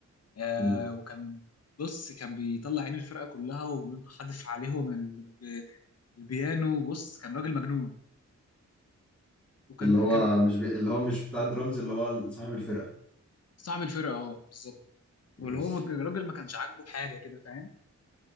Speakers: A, on the left (about 55°); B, in the centre.
A: آه
B: مم.
A: وكان بص كان بيطلع عين الفرقه كلها وحدف عليهم ال- البيانو بص كان راجل مجنون وكان
B: اللي هو
A: كان
B: مش بي... اللي هو مش بتاع درامز اللي هو صاحب الفرقة
A: صاحب الفرقه اه بالظبط واللي
B: ماشي
A: هو ما- الراجل ما كانش عاجبه حاجه كده فاهم